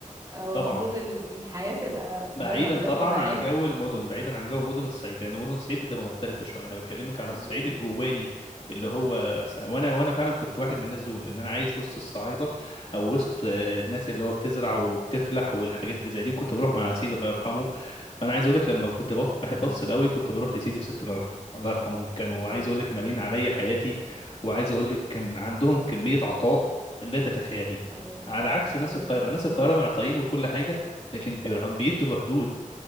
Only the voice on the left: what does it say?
طبعا
بعيدا
طبعا
عن جو المدن
بعيدا عن جو مدن الصعيد لان مدن الصعيد بتبقى مختلفه شويه انا بكلمك عن
الصعيد الجواني اللي هو س- وانا وانا فعلا كنت واحد من الناس دول لان انا عايش وسط الصعايده او وسط آه، الناس اللي هو بتزرع وبتفلح والحاجات اللي زي دي وكنت بروح مع سيدي الله
يرحمه فانا عايز اقول لك لما كنت بف... بحب
افصل
قوي كنت بروح لسيدي وستي الله يرحمه الله يرحمهم كانوا
عايز اقول
لك مالين عليا حياتي وعايز اقول لك كان عندهم كميه عطاء لا تتخيليه
على عكس ناس
القاهره
ناس القاهره معطائين وكل حاجه لكن بيرعون- بيدوا بحدود